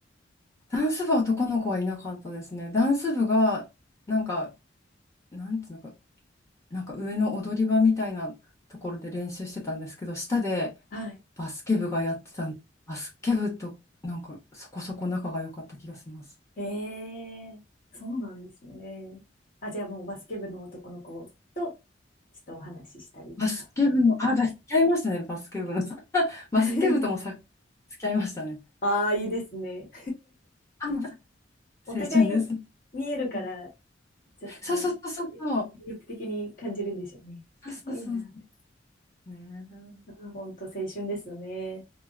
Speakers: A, on the left; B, on the left.
A: ダンス部は男の子はいなかったですね。ダンス部が、なんか、なんていうのか、なんか上の踊り場みたいなところで練習してたんですけど、下で
B: はい。
A: バスケ部がやってたんで、バスケ部となんかそこそこ仲が良かった気がします。
B: ええそうなんですね。あ、じゃあもうバスケ部の男の子と、ちょっとお話ししたりとか。
A: バスケ部の、あ、だ付き合いましたね、バスケ部の。<laughs> バスケ部ともさ、
B: <laughs>
A: 付き合いましたね。
B: ああ、いいですね。
A: あ、青春です。
B: お互い見えるから、
A: うん
B: ちょっとね、
A: そうそうそうそうそう。
B: 魅力的に感じるんでしょうね。
A: そうそうそうそ
B: かっこいいなって。
A: う。ね
B: あー、本当青春ですよね。